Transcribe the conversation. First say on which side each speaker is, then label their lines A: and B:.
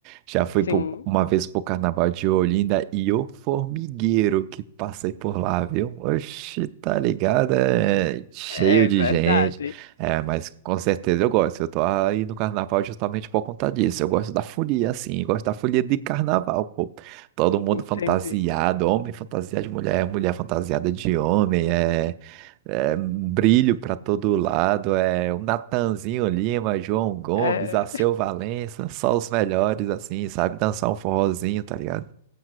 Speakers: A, on the right; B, on the left.
A: Já fui por-
B: Sim,
A: uma vez pro Carnaval de Olinda e o formigueiro que passei por lá, viu? Oxi, tá ligado? É cheio
B: é
A: de
B: verdade.
A: gente. É, mas com certeza eu gosto. Eu tô aí no Carnaval justamente por conta disso. Eu gosto da folia, assim, gosto da folia de Carnaval. Todo mundo
B: Entendi.
A: fantasiado, homem fantasiado de mulher, mulher fantasiada de homem, é, é brilho para todo lado, é o Natanzinho Lima, João Gomes,
B: É,
A: Alceu Valença, só os melhores, assim, sabe? Dançar um forrozinho, tá ligado?